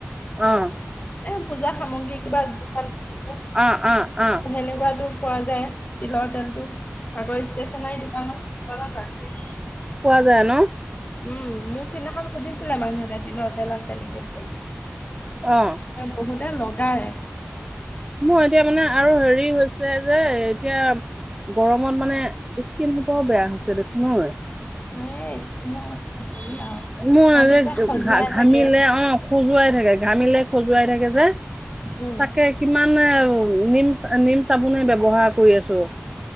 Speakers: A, on the right (about 15°); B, on the left (about 35°).
A: অ'।
B: এ পূজা সামগ্ৰী কিবা দোকান থাকে যে
A: অ, অ, অ।
B: সেনেকুৱাতো পোৱা যায় তিলৰ তেলটো আক ষ্টেচনাৰী দোকানত কিছুমানত ৰাখি
A: পোৱা যায় ন।
B: উম, মোক সিদিনাখন সুধিছিলে মানুহ এতাই তিলৰ তেল আছে নেকি বুলি।
A: অ'।
B: বহুতে লগায়।
A: মোৰ এতিয়া মানে আৰু হেৰি হৈছে যে এতিয়া গৰমত মানে স্কিনটো বৰ বেয়া হৈছে দেখোন নহয়।
B: এ স্কিনৰ কথা। নকবি আৰু
A: মোৰ
B: তাতো
A: যে
B: কিবা খজুৱাই
A: ঘা ঘামিলে
B: থাকে
A: অ' খজুৱাই থাকে ঘামিলে খজুৱাই থাকে যে,
B: উম
A: তাকে কিমান মানে নিম নিম চাবোনে ব্যৱহাৰ কৰি আছো।